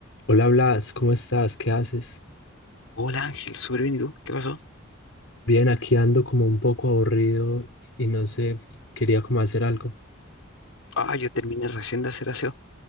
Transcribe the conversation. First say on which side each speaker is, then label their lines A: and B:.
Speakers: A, on the left; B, on the left.
A: Hola Blas, ¿cómo estás? ¿Qué haces?
B: Hola Ángel, súper bien, ¿y tú? ¿Qué pasó?
A: Bien, aquí ando como un poco aburrido y no sé, quería como hacer algo.
B: Ah, yo terminé recién de hacer aseo.